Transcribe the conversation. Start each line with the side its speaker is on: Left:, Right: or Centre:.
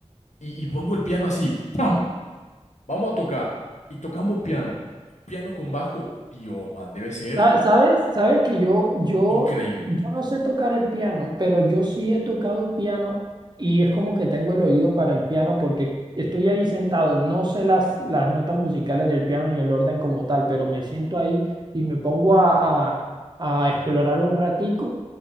Left: y, y pongo el piano así, ¡pam! Vamos a tocar. Y tocamos piano. Piano con bajo. Dios, man, debe ser
Right: Sa- ¿Sabes? ¿Sabes que yo, yo,
Left: increíble.
Right: yo no sé tocar el piano, pero yo sí he tocado piano y es como que tengo el oído para el piano porque estoy ahí sentado, no sé las, las notas musicales del piano ni el orden como tal, pero me siento ahí y me pongo a, a, a explorar un ratico